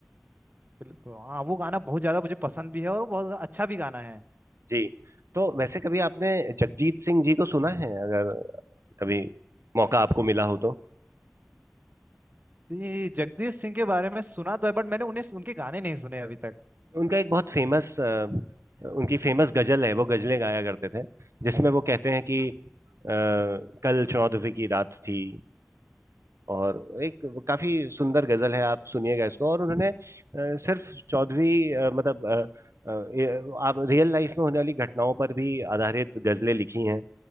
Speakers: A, on the right (about 40°); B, on the right (about 75°).
A: बिल्कुल हाँ वो गाना बहुत ज्यादा मुझे पसंद भी है और वो बहुत अच्छा भी गाना है
B: जी तो वैसे कभी आपने जगजीत सिंह जी को सुना है अगर कभी मौका आपको मिला हो तो
A: जी जगदीश सिंह के बारे में सुना तो है बट मैंने उन्हें उनके गाने नहीं सुने अभी तक
B: उनका एक बहुत फेमस उनकी फेमस गजल है वो गजलें गाया करते थे जिसमें वो कहते हैं कि अ, कल चौदहवीं की रात थी और एक काफी सुंदर गजल है आप सुनिएगा इसको और उन्होंने अ, सिर्फ चौदहवीं अ, मतलब अ, अ, ये- आप रियल लाइफ में होने वाली घटनाओं पर भी आधारित गजलें लिखी हैं